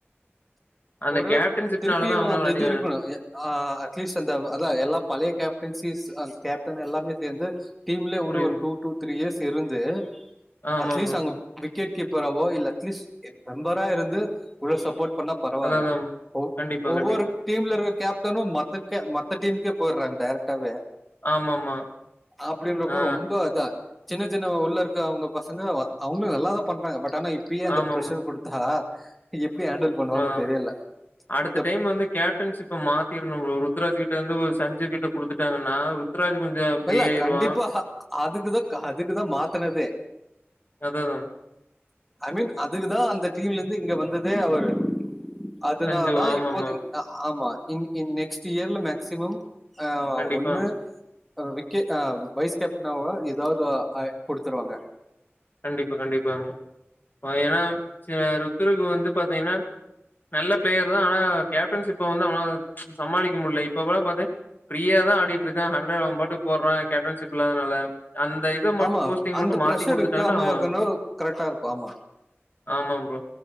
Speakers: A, on the left; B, in the centre.
A: அந்த
B: ஒரு
A: கேப்டன்ஷிப்னாலதா
B: திருப்பியு
A: அவனால
B: அந்த
A: அடி
B: இது இருக்கணு ஆ அட்லீஸ்ட் அந்த அதா எல்லா பழைய கேப்டன்சிஸ் கேப்டன் எல்லாமே சேந்து டீம்லயே
A: புரியுது
B: இன்னொரு டூ டூ த்ரீ இயர்ஸ் இருந்து
A: ஆமாமா
B: அட்லீஸ்ட் அங்க விக்கெட் கீப்பராவோ இல்ல அட்லீஸ்ட் மெம்பரா இருந்து உள்ள சப்போர்ட் பண்ணா பரவாயில்ல
A: அததாமா
B: ஒ
A: கண்டிப்பா
B: ஒவ்வொரு
A: கண்டிப்பா.
B: டீம்ல இருக்கிற கேப்டனு மத்தக் மத்த டீம்க்கே போயிர்றாங்க டைரெக்டாவே
A: ஆமாமா.
B: அப்டின்றப்ப
A: ஆ
B: ரொம்ப அதா சின்ன சின்ன உள்ள இருக்க அவங்க பசங்க அவங்களு நல்லாதா பண்றாங்க பட் ஆனா இப்பயே அந்த
A: ஆமாமா.
B: ப்ரஷர் குடுத்தா எப்டி ஹேண்டில் பண்ணுவாங்க
A: ம்
B: தெரியல
A: அடுத்த
B: இந்த
A: டைம் வந்து கே ப்டன்ஷிப்ப மாத்திர்னு ப்ரோ ருத்ராஜ் கிட்ட இருந்து ஒரு சஞ்சி கிட்ட குடுத்துட்டாங்கன்னா ருத்ராஜ் கொஞ்சோ ஃப்ரீ
B: இல்ல
A: ஆயிருவா
B: கண்டிப்பா அதுக்குதா க அதுக்குதா மாத்தனதே
A: அதா அதா
B: ஐ மீன் அதுக்குதா அந்த டீம்ல இருந்து இங்க வந்ததே அவரு அதனாலதா
A: சஞ்சு ஆமாமா.
B: இப்போதக்கி ஆமா இங் இ நெக்ஸ்ட் இயர்ல மேக்சிமம் ஆ
A: கண்டிப்பா,
B: ஒன்னு ஆ விக்கெட் ஆ வைஸ் கேப்ட்னாவோ ஏதாவது ஆ குடுத்துருவாங்க
A: கண்டிப்பா கண்டிப்பா ஆமா ஆ ஏனா சில ருத்துரங்க வந்து பாத்தீங்னா நல்ல பிளேயர்னா ஆனா கேப்டன்ஷிப்ப வந்து அவனாள சமாளிக்க முட்ல இப்ப கூட பாத்தே ஃப்ரீயாதா ஆடிட்ருக்கா ஹண்ரட் அவ பாட் டுக் போட்றா கேப்டன்ஷிப் இல்லாதனால அந்த இத மட்டும்
B: ஆமா
A: போஸ்டிங்
B: அந்த
A: மட்டும்
B: பிரஷர்
A: மாத்தி குடுத்துட்டாங்கன்னா
B: இருக்காம
A: அவன்
B: இருக்கணு கரெக்டா இருக்கு ஆமா
A: ஆமா ப்ரோ